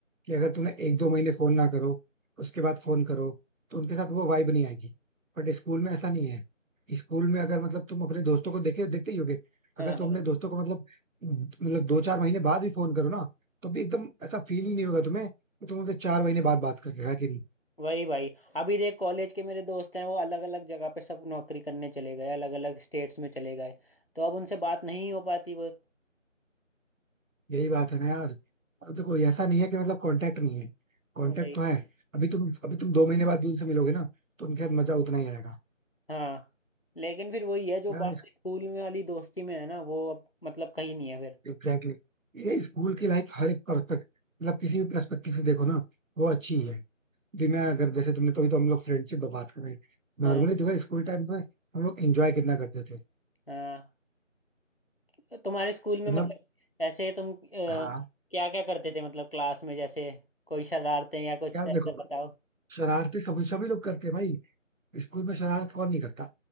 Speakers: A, on the right; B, on the left.
A: कि अगर तुमने एक दो महीने फोन ना करो उसके बाद फोन करो तो उनके साथ वो वाइब नहीं आएगी बट स्कूल में ऐसा नहीं है स्कूल में अगर मतलब तुम अपने दोस्तों को देखे देखते ही होगे अगर
B: हाँ हाँ
A: तुम अपने दोस्तों को मतलब मतलब दो चार महीने बाद भी फोन करो ना तो भी एकदम ऐसा फील ही नहीं होगा तुम्हें कि तुम उनसे चार महीने बाद बात कर रहे हो है कि नहीं
B: वही भाई अभी देख कॉलेज के मेरे दोस्त हैं वो अलग अलग जगह पे सब नौकरी करने चले गए अलग अलग स्टेट्स में चले गए तो अब उनसे बात नहीं हो पाती वो
A: यही बात है ना यार अब देखो ऐसा नहीं है कि मतलब कांटेक्ट नहीं है कांटेक्ट
B: वही
A: तो है अभी तुम अभी तुम दो महीने बाद भी उनसे मिलोगे ना तो उनके साथ मजा उतना ही आएगा
B: हाँ लेकिन फिर वही है जो
A: यार
B: बात स्कूल में वाली दोस्ती में है ना वो अब मतलब कहीं नहीं है फिर
A: एग्जैक्टली exactly. ये स्कूल की लाइफ हर एक पर्सपेक्ट मतलब किसी भी पर्सपेक्टिव से देखो ना वो अच्छी ही है भी मैं अगर जैसे तुमने तो, तो हम लोग फ्रेंडशिप पे बात करें
B: हाँ
A: नॉर्मली जो है स्कूल टाइम पे हम लोग एंजॉय कितना करते थे
B: हाँ तो तुम्हारे स्कूल में
A: मतलब
B: मतलब ऐसे तुम क्या
A: हाँ
B: क्या करते थे मतलब क्लास में जैसे कोई शरारतें या कुछ
A: यार
B: ऐसा
A: देखो
B: बताओ
A: शरारतें सभी सभी लोग करते हैं भाई स्कूल में शरारत कौन नहीं करता